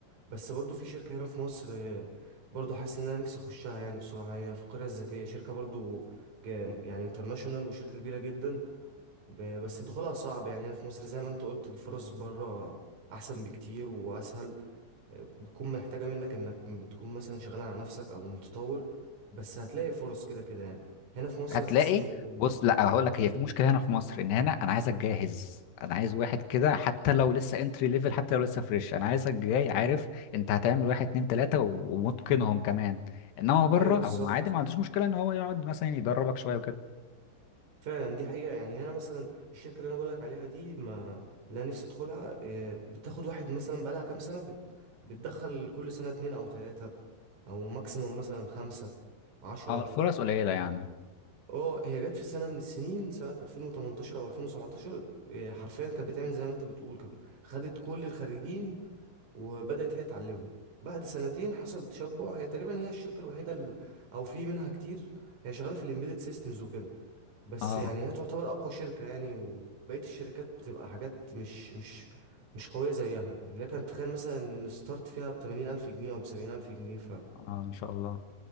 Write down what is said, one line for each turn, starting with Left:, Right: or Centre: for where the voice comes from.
Right: بس برضو في شركة هنا في مصر آه، برضو حاسس ان انا نفسي اخشها يعني بصراحة هي في القرية الذكية شركة برضو جا- يعني انترناشونال وشركة كبيرة جدا ب- بس دخولها صعب يعني هنا في مصر زي ما انت قلت الفرص بره احسن بكتير واسهل آه، بتكون محتاجة منك انك تكون مثلا شغال على نفسك او متطور بس هتلاقي فرص كده كده يعني هنا في مصر
Left: هتلاقي
Right: بحس ان
Left: بص لا هقول لك هي في مشكله هنا في مصر ان هنا انا عايزك جاهز انا عايز واحد كده حتى لو لسه انتري ليفل حتى لو لسه فريش انا عايزك جاي عارف انت هتعمل واحد اتنين تلاته و- ومتقنهم كمان انما بره
Right: ايوه بالظبط
Left: هو عادي ما عندوش مشكله ان هو يقعد مثلا يدربك شويه وكده
Right: فعلا دي حقيقه يعني هنا مثلا الشركه اللي انا بقول لك عليها دي ما لا نفسي ادخلها إيه، بتاخد واحد مثلا بقالها كام سنه بت... بتدخل كل سنه اتنين او تلاته او ماكسيموم مثلا خمسه عشرة
Left: اه الفرص قليله يعني
Right: اه هي جت في سنه من السنين سنه 2018 او 2017 إيه، حرفيا كانت بتعمل زي ما انت بتقول كانت خدت كل الخريجين وبدأت هي تعلمهم بعد سنتين حصل تشبع هي تقريبا هي الشركة الوحيدة ال- أو في منها كتير هي شغالة في الإمبيدد سيستمز وكده بس
Left: اه
Right: يعني هي تعتبر اقوى شركة يعني وبقية الشركات بتبقى حاجات مش مش مش قوية زيها يعني لكن تخيل مثلا ان الستارت فيها بتمانين الف جنيه او بسبعين الف جنيه ف
Left: اه ان شاء الله